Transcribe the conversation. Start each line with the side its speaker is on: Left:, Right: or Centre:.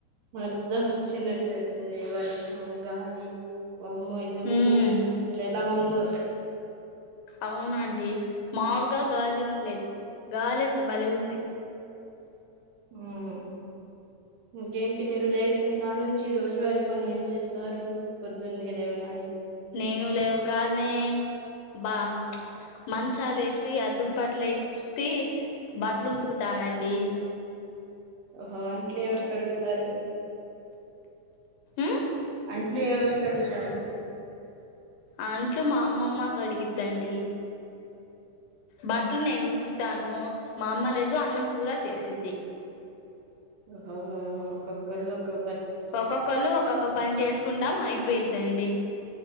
Right: అర్థం వచ్చినట్టు వర్షం గాలి వామ్మో దుమ్ము
Left: ఉమ్
Right: సల ఎలా ఉ దో
Left: అవునండి మాలుగా గాలి ఉలేదు గాలి సే బలి ఉంది
Right: హ్మ్ ఇంకేంటి మీరు లేసిన కాడ నుంచి రోజువారీ పని ఏం చేస్తారు పొద్దున్న లేవు గానే
Left: నేను లేవుగానే బా మంచాల ఎత్తి అది దుప్పట్లు ఎత్తి బట్టలు ఉతుకుతానండి
Right: ఓహో అంట్లు ఎవరు కడుగుతారు
Left: ఉమ్
Right: అంట్లు ఎవరు కడుగుతారు
Left: అంట్లు మా అమ్మమ్మ అడిగిద్ తండి బట్టలు నేను ఉతుకుతాను మా అమ్మలేదు అన్నం కూర చేసిద్ది
Right: ఓహో ఒక్కొక్కలు ఒకో
Left: ఒక్కొక్కలు ఒక్కొక్క పని చేసుకుంటాం అయిపోయి దండి